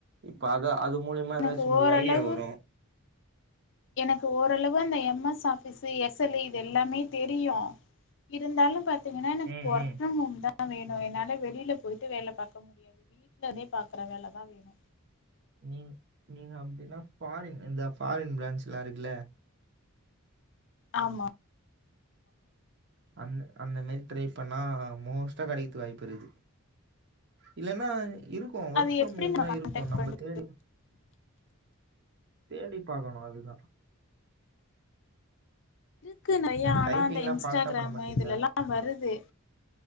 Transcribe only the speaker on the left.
எனக்கு
ஓரளவு
எனக்கு ஓரளவு அந்த M S office Excel இது எல்லாமே தெரியு இருந்தாலும் பாத்தீங்கன்னா எனக்கு
ஒர்க்
ஃப்ரம் ஹோம் தா தா வேணு என்னால வெளியில போயிட்டு வேல பாக்க முடியாது வீட்ல இருந்தே பாக்கற வேலதா வேணு
ஆமா
அது
எப்டி
நம்ம கான்டக்ட்
பண்றது
இக்கு நறைய ஆனா
அந்த இன்ஸ்டாகிராமு
இதுலல்லா வருது